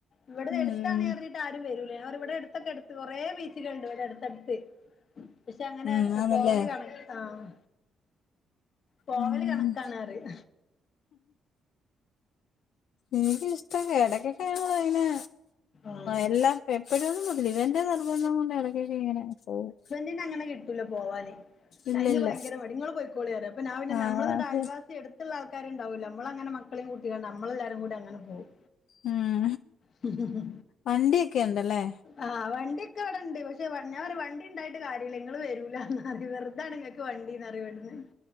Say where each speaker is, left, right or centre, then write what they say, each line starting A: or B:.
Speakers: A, on the left (about 55°); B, on the left (about 70°).
A: ഇവിടഎടുത്താണറിഞ്ഞിട്ട്
B: ഉം
A: ആരുവരുല അവർ ഇവിടെ അടുത്തൊക്കെ എടുത്ത് കൊറെ ബീച്ചുകളണ്ട് ഇവിടെ അടുത്തടുത്ത് പശെ അങ്ങനെ
B: ഉം ആന്നല്ലേ
A: പോവല് കണ ആ ഹ് പോവല്
B: ഉം
A: കണക്കാണ്റിയു
B: എനിക്കിഷ്ട എടക്കക്കെ ഞങ്ങളിങ്ങനെ
A: ആഹ്
B: എല്ല എപ്പോഴൊന്നുതില്ല ഇവന്റെ നിർബന്ധകൊണ്ട് എടക്കക്കെങ്ങനെ പോവും
A: ഈനങ്ങനെ കിട്ടൂല പോവാന്
B: ഇല്ലില്ല
A: അയിന് ഭയങ്കരമടി ഇങ്ങള്പോയിയോളിറിയും അപ്പൊ ഞാ പിന്ന ന്നാ
B: ആഹ്
A: നമ്മളന്നിട്ടയൽവാസി എടുത്തുള്ള ആൾക്കാരുണ്ടാവുലെ നമ്മളങ്ങനെ മക്കളെയകൂട്ടിയാണ്ട് നമ്മളെല്ലാരുകൂടിങ്ങനെ പോവും
B: ഉം
A: ഹ്‌ഹ്
B: വണ്ടിയൊക്കെ ഉണ്ടല്ലേ
A: ആഹ് വണ്ടി ഒക്കെ ഇവിടെ ഇണ്ട് പക്ഷെ വ ഞാറിയും വണ്ടായിട്ട് കാര്യല്ല നിങ്ങള് വരൂലാ ന്നറിയും വെറുതാണങ്ങക്ക് വണ്ടി ന്നറിയും ഇവടന്ന്